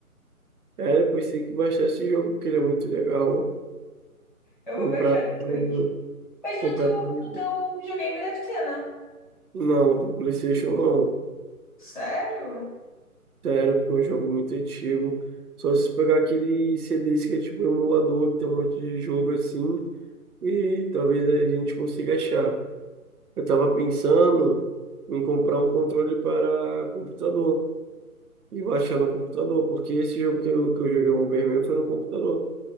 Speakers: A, on the right; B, on the left.
A: É, depois tem que baixar esse jogo, porque ele é muito legal.
B: Eu
A: Comprar,
B: vou baixar depois.
A: ele-
B: Mas
A: comprar.
B: no teu,
A: ele-
B: no teu videogame deve ter, né?
A: Não, pro PlayStation não.
B: Sério?
A: Sério, porque é um jogo muito antigo. Só se pegar aquele CDs que é tipo emulador, que tem um monte de jogo assim, e talvez a gente consiga achar. Eu tava pensando em comprar um controle para computador e baixar no computador, porque esse jogo que eu, que eu joguei o Bomberman foi no computador.